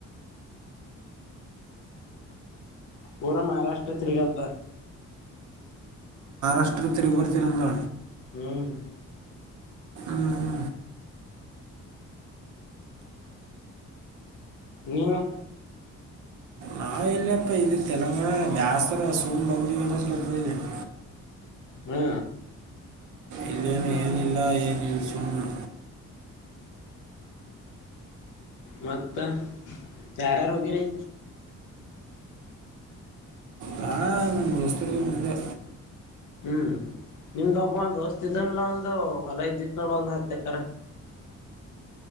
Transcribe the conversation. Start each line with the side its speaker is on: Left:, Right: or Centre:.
Left: ಪೂರ ಮಹಾರಾಷ್ಟ್ರ ತಿರಿಗ್ಯ ಬ
Right: ಅಷ್ಟ್ರ ತೀರ್ಗ್ಬರ್ತೀರಲ್ಲ.
Left: ಹ್ಮ್
Right: ಹ್ಞೂ
Left: ನೀನು
Right: ನಾವು ಇಲ್ಲಪ್ಪ ಇದು ತೆಲಂಗಾಣ ಬ್ಯಾಸ್ರ ಸುಮ್ ಬಂದವಿ ಅನ್ನೋ ಸಲ <unintelligible>
Left: ಹಾ
Right: ಇಲ್ಲೇನು ಏನಿಲ್ಲ ಏನು ಯಿ ಸುಮ್ನ.
Left: ಮತ್ತ ಯಾರ್ ಯಾರ್ ಹೋಗಿರಿ.
Right: ನಾ ನನ್ನ ದೋಸ್ತರಿಗೆ ಮುಂದೆ
Left: ಹ್ಮ್ ನಿಮ್ದ ಓಬ್ಬ ದೋಸ್ತ್ ಇದನಲ್ಲ ಒಂದು ಹೊಲ ಇದಿತ್ತು ನೋಡ ಒಂದ್ ಹತ್ ಎಕರೆ